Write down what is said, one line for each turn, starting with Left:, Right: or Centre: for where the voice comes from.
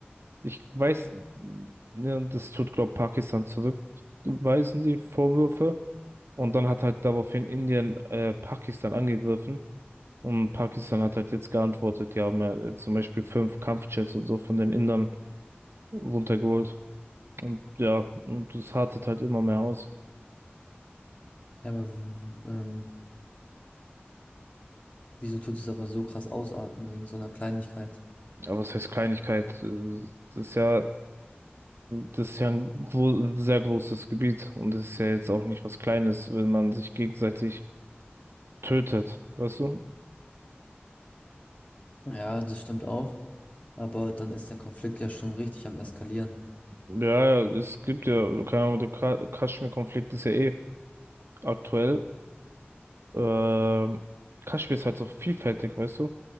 Right: Ich weiß, ne, und das tut, glaube Pakistan zurückweisen, die Vorwürfe. Und dann hat halt daraufhin Indien äh, Pakistan angegriffen. Und Pakistan hat halt jetzt geantwortet, die haben äh, zum Beispiel fünf Kampfjets und so von den Indern runtergeholt. Und ja, und das hartet halt immer mehr aus.
Left: Ja, aber w- ähm, Wieso tut es aber so krass ausarten wegen so einer Kleinigkeit?
Right: Aber was heißt Kleinigkeit? Äh, Das ist ja, das ist ja ein gro sehr großes Gebiet. Und das ist ja jetzt auch nicht was Kleines, wenn man sich gegenseitig tötet. Weißt du?
Left: Ja, das stimmt auch. Aber dann ist der Konflikt ja schon richtig am Eskalieren.
Right: Ja, ja, es gibt ja, also keine Ahnung, der Ka- Kaschmir-Konflikt ist ja eh aktuell. Ähm, Kaschmir ist halt so vielfältig, weißt du?